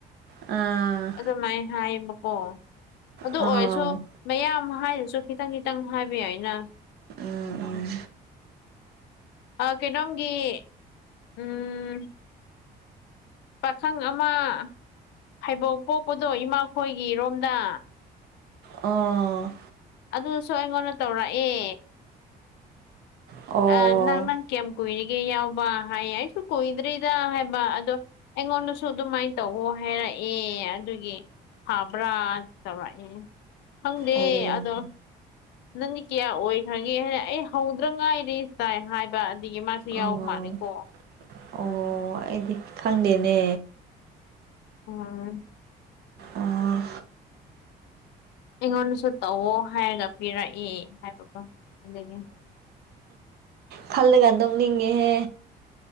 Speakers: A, on the right; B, on the left.
A: ꯑꯥ
B: ꯑꯗꯨꯃꯥꯏꯅ ꯍꯥꯏꯌꯦꯕꯀꯣ ꯑꯗꯨ
A: ꯑꯥ
B: ꯑꯣꯏꯔꯁꯨ ꯃꯌꯥꯝ ꯍꯥꯏꯗꯔꯁꯨ ꯈꯤꯇꯪ ꯈꯤꯇꯪ ꯍꯥꯏꯕꯌꯥꯏꯅ꯫
A: ꯎꯝ ꯎꯝ
B: ꯀꯩꯅꯣꯝꯒꯤ ꯎꯝ ꯄꯥꯈꯪ ꯑꯃ ꯐꯩꯕꯣꯛ ꯄꯣꯛꯄꯗꯣ ꯏꯃꯥꯈꯣꯏꯒꯤꯔꯣꯝꯗ꯫
A: ꯑꯣ
B: ꯑꯗꯨꯁꯨ ꯑꯩꯉꯣꯟꯗ ꯇꯧꯔꯛꯑꯦ
A: ꯑꯣ
B: ꯑꯥ ꯅꯪ ꯅꯪ ꯀꯌꯥꯝ ꯀꯨꯏꯔꯤꯒꯦ ꯌꯥꯎꯕ ꯍꯥꯏꯌꯦ ꯑꯩꯁꯨ ꯀꯨꯏꯗ꯭ꯔꯤꯗ ꯍꯥꯏꯕ ꯑꯗꯣ ꯑꯩꯉꯣꯟꯗꯁꯨ ꯑꯗꯨꯃꯥꯏꯅ ꯇꯧꯑꯣ ꯍꯥꯏꯔꯛꯑꯦ ꯑꯗꯨꯒꯤ ꯐꯕ꯭ꯔꯥ ꯇꯧꯔꯛꯑꯦ ꯈꯪꯗꯦ
A: ꯑꯣ
B: ꯑꯗꯣ ꯅꯪꯗꯤ ꯀꯌꯥ ꯑꯣꯏꯈ꯭ꯔꯒꯦ ꯍꯥꯏꯅ ꯑꯩ ꯍꯧꯗ꯭ꯔ ꯉꯥꯏꯗꯤ ꯆꯥꯏ ꯍꯥꯏꯕ꯫ ꯅꯨꯡꯒꯤ ꯃꯥꯁꯦ
A: ꯑꯣ
B: ꯌꯥꯎꯕ ꯃꯥꯜꯂꯦꯀꯣ
A: ꯑꯣ
B: ꯎꯝ
A: ꯑꯩꯗꯤ ꯈꯪꯗꯦꯅꯦ꯫
B: ꯑꯣ
A: ꯑꯥ
B: ꯑꯩꯉꯣꯟꯗꯁꯨ ꯇꯧꯑꯣ ꯍꯥꯏꯔꯒ ꯄꯤꯔꯛꯏ ꯍꯥꯏꯕꯀꯣ ꯑꯗꯨꯒꯤ
A: ꯈꯜꯂꯒꯥ ꯅꯣꯛꯅꯤꯡꯉꯦꯍꯦ